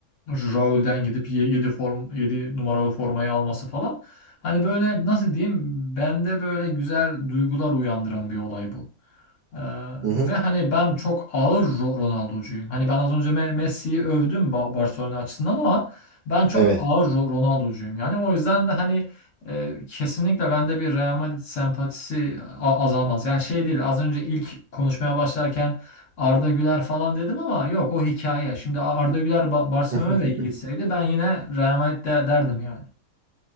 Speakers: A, on the left; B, on the right.
A: Raul'den gidip 7 form 7 numaralı formayı alması falan. Hani böyle nasıl diyeyim bende böyle güzel duygular uyandıran bir olay bu. Ee,
B: Hı hı,
A: ve hani ben çok ağır Ro- Ronaldo'cuyum. Hani ben az önce Me- Messi'yi övdüm Ba- Barcelona açısından ama ben çok
B: evet.
A: ağır Ro- Ronaldo'cuyum. Yani o yüzden de hani e, kesinlikle bende bir Real Madrid sempatisi a- azalmaz. Yani şey değil az önce ilk konuşmaya başlarken Arda Güler falan dedim ama yok o hikaye. Şimdi Arda Güler Ba- Barcelona'ya
B: <laughs>
A: gitseydi ben yine Real Madrid de- derdim yani.